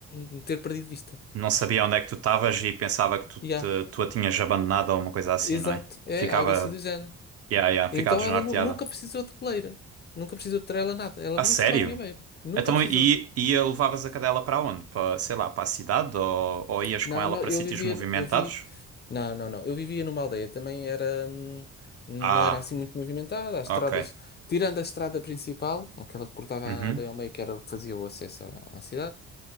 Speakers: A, on the left; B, on the right.
A: me ter perdido de vista.
B: Não sabia onde é que tu estavas e pensava que tu, te,
A: Já,
B: tu a tinhas abandonado ou uma coisa assim,
A: exato,
B: não é?
A: é
B: Ficava.
A: algo assim do género.
B: Yeah, yeah,
A: Então
B: ficava desnorteada.
A: ela nu- nunca precisou de coleira, nunca precisou de trela, nada. Ela
B: A
A: vinha
B: sério?
A: sempre à minha beira, nunca
B: Então,
A: precisou.
B: e, e a levavas a cadela para onde? Para, sei lá, para a cidade ou, ou ias
A: Não,
B: com ela
A: não,
B: para
A: eu
B: sítios
A: vivia,
B: movimentados?
A: eu vi, não, não, não, eu vivia numa aldeia, também era, hum, não
B: Ah,
A: era assim muito movimentada, as
B: ok.
A: estradas, tirando a estrada principal, aquela que cortava
B: Uhum.
A: a aldeia ao meio, que era o que fazia o acesso à, à cidade,